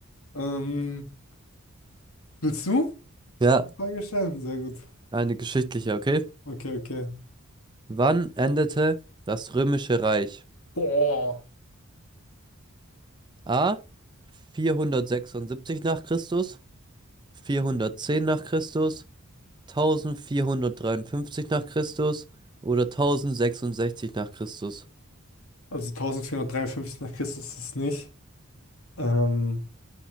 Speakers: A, on the left; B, on the right.
A: Ähm, willst du?
B: Ja,
A: eine Frage stellen? Sehr gut.
B: eine geschichtliche, okay?
A: Okay, okay.
B: Wann endete das Römische Reich?
A: Boah.
B: A. 476 nach Christus, 410 nach Christus, 1453 nach Christus oder tausendsechsundsechzig nach Christus?
A: Also 1453 nach Christus ist es nicht. Ähm,